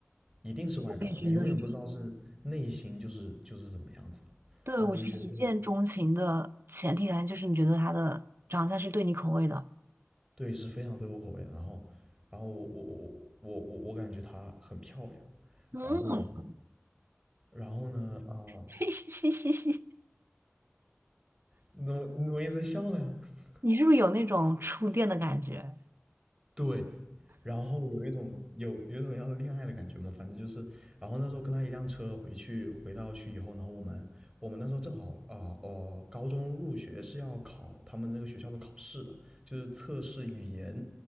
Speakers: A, on the right (about 15°); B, on the right (about 55°).
A: 一定是外表，
B: 我也觉得一定，
A: 你永远不知道是内心就是就是怎么样子的。
B: 对，
A: 啊，
B: 我觉得一见钟情的前提条件就是你觉得他的长相是对你口味的。
A: 我就觉得这个对，是非常对我口味的。然后，然后我我我我我我感觉她很漂亮。
B: 嗯，
A: 然后呢，啊，
B: <laughs>
A: 然后呢啊、
B: 嘻嘻嘻嘻，
A: 你怎么你怎么一直笑呢？<laughs>
B: 你是不是有那种触电的感觉？
A: 对，然后有一种有有一种要恋爱的感觉嘛，反正就是，然后那时候跟他一辆车回去，回到去以后，然后我们我们那时候正好啊哦、高中入学是要考他们那个学校的考试的，就是测试语言，